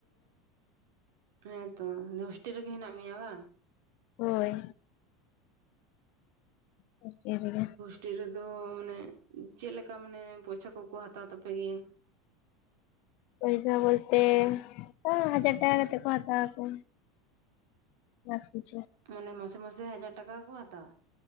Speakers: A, on the right; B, on the left.
A: ᱦᱮᱸ ᱛᱚ ᱦᱳᱥᱴᱮᱞ ᱨᱮᱜᱮ ᱦᱮᱱᱟᱜ ᱢᱮᱭᱟ ᱵᱟᱝ
B: ᱦᱳᱭ ᱵ ᱴᱷ ᱴᱷ ᱜᱮᱭᱟ
A: <inaudible> ᱢᱟᱱᱮ ᱪᱮᱫ ᱞᱮᱠᱟ ᱢᱟᱱᱮ ᱯᱚᱭᱥᱟ ᱠᱚᱠᱚ ᱦᱟᱛᱟᱣ ᱛᱟᱯᱮ? ᱜᱮᱭᱟ
B: ᱯᱚᱭᱥᱟ ᱵᱚᱞᱛᱮ ᱳ ᱦᱟᱡᱟᱨ ᱴᱟᱠᱟ ᱠᱟᱛᱮᱜ ᱠᱚ ᱦᱟᱛᱟᱣ ᱟᱠᱚ ᱵᱟᱥ ᱠᱤᱪᱷᱩ
A: ᱢᱟᱱᱮ ᱢᱟᱥᱮ ᱢᱟᱥᱮ ᱦᱟᱡᱟᱨ ᱴᱟᱠᱟ ᱠᱚ ᱦᱟᱛᱟᱣᱼᱟ